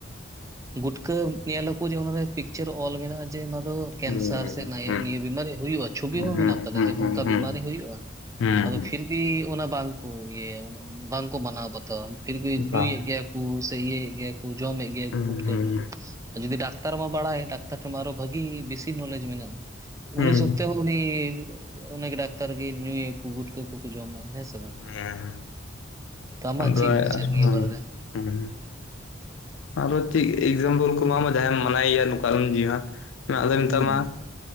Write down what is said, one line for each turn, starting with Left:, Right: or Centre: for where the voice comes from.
Right: ᱜᱩᱴᱠᱟᱹ ᱧᱮᱞ ᱟᱠᱚ ᱡᱮ ᱚᱱᱟ ᱨᱮ ᱯᱤᱠᱪᱟᱨ ᱚᱞ ᱢᱮᱱᱟᱜᱼᱟ ᱡᱮ ᱚᱱᱟ ᱫᱚ ᱠᱮᱱᱥᱟᱨ
Left: ᱦᱩᱸ
Right: ᱥᱮ ᱚᱱᱟ ᱤᱭᱟᱹ
Left: ᱦᱩᱸ
Right: ᱾ ᱱᱤᱭᱟᱹ ᱵᱤᱢᱟᱨᱤ ᱦᱩᱭᱩᱜᱼᱟ ᱪᱷᱚᱵᱤ ᱦᱚᱸ
Left: ᱦᱩᱸ
Right: ᱢᱮᱱᱟᱜ ᱠᱟᱫᱟ
Left: ᱦᱩᱸ
Right: ᱡᱮ ᱱᱚᱝᱠᱟ
Left: ᱦᱩᱸ
Right: ᱵᱤᱢᱟᱨᱤ ᱦᱩᱭᱩᱜᱼᱟ᱾
Left: ᱦᱩᱸ
Right: ᱟᱫᱚ ᱯᱷᱤᱨ ᱵᱷᱤ ᱚᱱᱟ ᱵᱟᱝ ᱠᱚ ᱤᱭᱟᱹᱭᱟ ᱩᱱᱟᱹᱜ ᱵᱟᱝ ᱠᱚ ᱢᱟᱱᱟᱣ ᱵᱟᱛᱚᱣᱟ ᱯᱷᱤᱨᱵᱷᱤ ᱧᱩᱭᱮᱫ
Left: ᱵᱟᱝ
Right: ᱜᱮᱭᱟ ᱠᱚ ᱥᱮ ᱤᱭᱟᱹᱭᱮᱫ ᱜᱮᱭᱟ ᱠᱚ ᱡᱚᱢ ᱮᱫ ᱜᱮᱭᱟ
Left: ᱦᱩᱸ
Right: ᱠᱚ ᱜᱩᱴᱠᱟᱹ
Left: ᱦᱩᱸ
Right: ᱠᱚ ᱡᱩᱫᱤ ᱰᱟᱠᱛᱟᱨ ᱢᱟ ᱵᱟᱲᱟᱭ ᱰᱟᱠᱛᱟᱨ ᱴᱷᱮᱱ ᱢᱟ ᱟᱨᱚ ᱵᱷᱟᱜᱤ ᱵᱮᱥᱤ ᱱᱚᱞᱮᱡᱽ ᱢᱮᱱᱟᱜᱼᱟ
Left: ᱦᱩᱸ
Right: ᱩᱱᱤ ᱥᱚᱛᱮ ᱦᱚᱸ ᱩᱱᱤ ᱩᱱᱤ ᱚᱱᱟ ᱜᱮ ᱰᱟᱠᱛᱟᱨ ᱜᱮ ᱧᱩᱭᱟ ᱠᱚ ᱜᱩᱴᱠᱟᱹ ᱠᱚ ᱠᱚ ᱡᱚᱢᱟ ᱦᱮᱸᱥᱮ <unintelligible>
Left: ᱦᱮᱸ
Right: ᱛᱚ ᱟᱢᱟᱜ
Left: ᱟᱫᱚ
Right: ᱪᱮᱫ ᱵᱤᱪᱟᱹᱨ ᱱᱤᱭᱟᱹ
Left: ᱦᱩᱸ
Right: ᱵᱟᱨᱮ ᱨᱮ
Left: ᱦᱩᱸ ᱟᱨᱚ ᱪᱮᱫ ᱮᱠᱡᱟᱢᱯᱚᱞ ᱠᱚᱢᱟ ᱡᱟᱦᱟᱸᱭ ᱮᱢ ᱢᱟᱱᱟᱭᱟ ᱱᱚᱝᱠᱟ ᱟᱞᱚᱢ ᱧᱩᱸᱭᱟ ᱟᱫᱚᱭ ᱢᱮᱛᱟ
Right: ᱦᱩᱸ
Left: ᱢᱟ